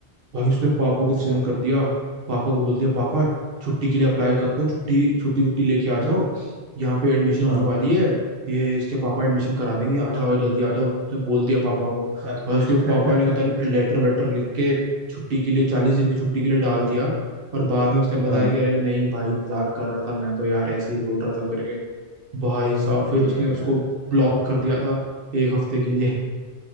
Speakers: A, on the right; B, on the right.
A: भाई उसने पापा
B: अच्छा
A: को फोन कर दिया पापा को बोल दिया पापा छुट्टी के लिए अप्लाई कर दो छुट्टी छुट्टी वुट्टी लेके आ जाओ यहाँ पे एडमिशन होने
B: हाँ
A: वाली है ये इसके पापा एडमिशन करा देंगे आ जाओ जल्दी आ जाओ उसने बोल दिया पापा को
B: सर
A: भाई उसके
B: <laughs>
A: पापा ने उधर लेटर वेटर लिख के छुट्टी के लिए चालीस दिन की छुट्टी के लिए डाल दिया और बाद में उसने बताया
B: हाँ
A: कि अरे नहीं भाई मजाक कर रहा था मैं तो यार ऐसे ही बोल रहा था करके भाई साहब
B: अरे
A: फिर उसने उसको
B: यार
A: ब्लॉक कर दिया था एक हफ्ते के लिए